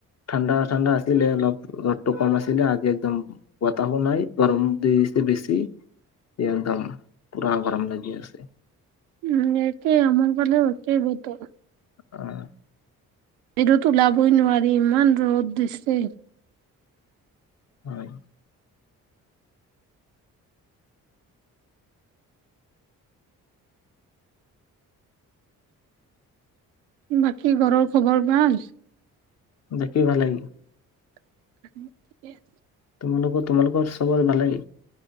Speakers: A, on the left (about 40°); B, on the right (about 80°).
A: ঠাণ্ডা-ঠাণ্ডা আছিলে অলপ ৰদটো কম আছিলে আজি একদম বতাহো নাই গৰম দি-দিছে বেছি, একদম পুৰা গৰম লাগি আছে।
B: উম, একে আমাৰ ফালেও একে বতৰ।
A: অ'
B: বাহিৰত ওলাবই নোৱাৰি ইমান ৰ'দ দিছে।
A: হয়।
B: বাকী, ঘৰৰ খবৰ ভাল।
A: দেখি ভাল লাগিল।
B: <unintelligible>
A: তোমালোকৰ-তোমালোকৰ চবৰ ভালেই।